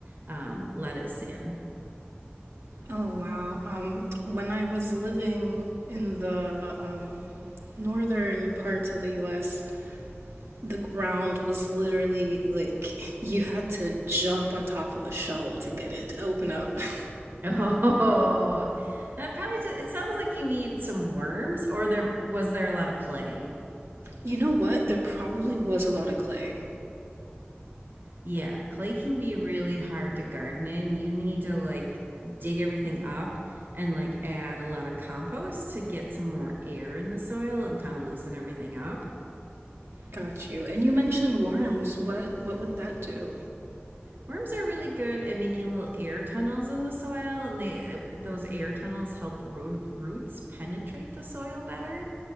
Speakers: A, on the right; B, on the right.
A: um, lettuce in.
B: Oh wow. Um when I was living in the um northern parts of the US, the ground was literally like <laughs> you had to jump on top of a shovel to get it to open up. <laughs>
A: <laughs> Oh, that probably just, it sounds like you need some worms, or there was there a lot of clay?
B: You know what? There probably was a lot of clay.
A: Yeah, clay can be really hard to garden in. You need to like dig everything up and like add a lot of compost to get some more air in the soil and kind of loosen everything up.
B: Got you. And you mentioned worms. What what would that do?
A: Worms are really good at making little air tunnels in the soil, and they uh, those air tunnels help root, roots penetrate the soil better.